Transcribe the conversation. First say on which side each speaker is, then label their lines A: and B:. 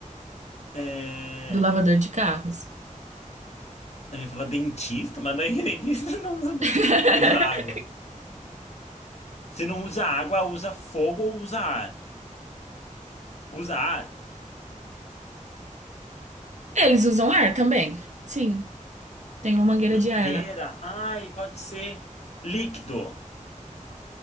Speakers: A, on the left; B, on the right.
A: É,
B: do lavador de carros.
A: Eu ia falar dentista, mas daí <laughs> dentista não usa manga.
B: <laughs>
A: Usa água. Se não usa água, usa fogo ou usa ar. Usa ar.
B: Eles usam ar também. Sim, tem uma mangueira
A: Mangueira.
B: de ar lá.
A: Ai, pode ser líquido.